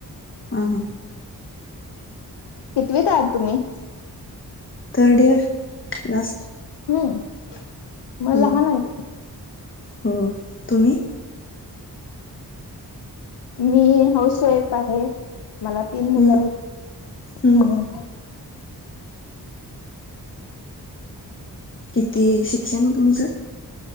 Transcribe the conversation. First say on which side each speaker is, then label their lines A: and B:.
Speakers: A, on the left; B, on the left.
A: हा हा.
B: कितवीत आहात तुम्ही?
A: Third year last.
B: हम्म मग
A: हम्म
B: लहान हाय.
A: हो तुम्ही?
B: मी हाऊस वाईफ आहे मला. तीन मुलं
A: हम्म
B: आहेत
A: हम्म
B: ह.
A: किती शिक्षण तुमचं?